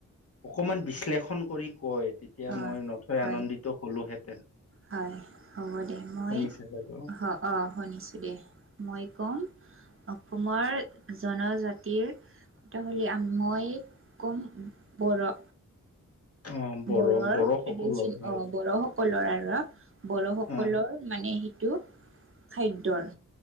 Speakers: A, on the left (about 50°); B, on the right (about 40°).
A: অকমান বিশ্লেষণ কৰি কয় তেতিয়া
B: অ'
A: মই নথৈ
B: হয়
A: আনন্দিত হ'লোহেঁতেন।
B: হয় হ'ব দে মই
A: শুনিছে বাইদেউ
B: অ অ শুনিছো দে মই কম অসমৰ জনজাতিৰ তিতিহলি মই ক'ম বড়ো।
A: অ বড়ো
B: বড়োৰ
A: বড়োসকলৰ
B: ট্ৰেডিশন
A: অ
B: বড়োস সকলৰ আৰু বড়োসকলৰ
A: অ
B: মানে সেইটো খাদ্যৰ